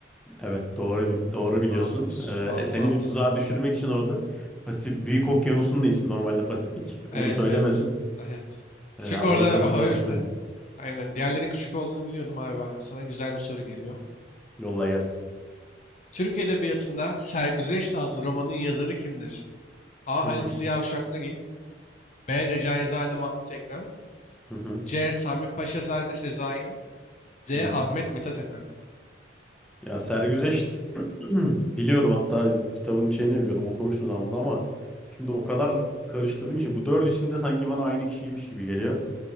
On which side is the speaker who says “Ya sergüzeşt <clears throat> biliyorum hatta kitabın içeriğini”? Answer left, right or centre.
Centre